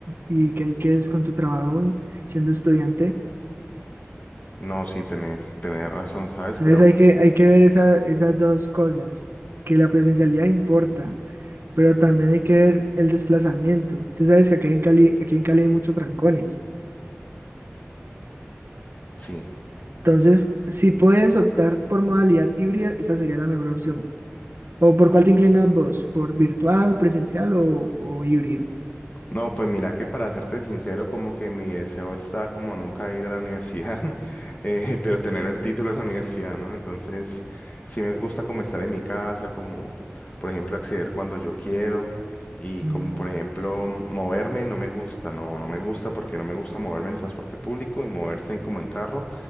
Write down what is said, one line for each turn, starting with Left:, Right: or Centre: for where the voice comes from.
Right: y que ahí quedes con tu trabajo en- siendo estudiante.
Left: No, sí, tenés, tenés razón, ¿sabes?
Right: Entonces
Left: Creo
Right: hay
Left: que
Right: que, hay que ver esa- esas dos cosas, que la presencialidad importa pero también hay que ver el desplazamiento. Usted sabes que aquí en Cali, aquí en Cali hay muchos trancones.
Left: sí.
Right: Entonces, si puedes optar por modalidad híbrida, esa sería la mejor opción. ¿O por cuál te inclinas vos? ¿Por virtual, presencial o, o híbrido?
Left: No, pues mira que para serte sincero, como que mi deseo está como nunca ir a la universidad, <laughs> eh, pero tener el título de la universidad, ¿no? Entonces, sí me gusta como estar en mi casa, como por ejemplo acceder cuando yo quiero y
Right: Mm,
Left: como por ejemplo moverme, no me gusta, no, no me gusta porque no me gusta moverme en transporte público y moverse como en carro